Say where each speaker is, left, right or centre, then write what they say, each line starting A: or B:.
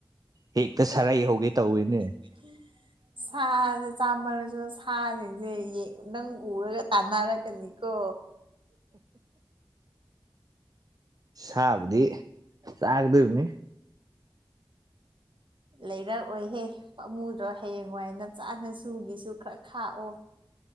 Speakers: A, on the right (about 45°); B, on the right (about 65°).
A: ꯍꯦꯛꯇ ꯁꯔꯩ ꯍꯧꯒꯦ ꯇꯧꯋꯦꯅꯦ꯫
B: <inaudible> ꯁꯥꯖꯦ ꯆꯥꯝꯃꯜꯂꯁꯨ ꯁꯥꯁꯤꯡꯁꯦ ꯌꯦꯡ ꯅꯪ ꯎꯔꯒ ꯇꯥꯟꯅꯔꯛꯀꯅꯤ ꯀꯣ꯫
A: ꯁꯥꯕꯨꯗꯤ ꯆꯥꯒꯗꯣꯏꯕꯅꯤ꯫
B: ꯂꯩꯔꯛ ꯑꯣꯏꯍꯦ ꯄꯥꯝꯃꯨꯗ꯭ꯔꯣ ꯍꯌꯦꯡꯋꯥꯏ ꯅꯆꯥ ꯅꯁꯨꯒꯤꯁꯨ ꯈꯔ ꯈꯥꯛꯑꯣ꯫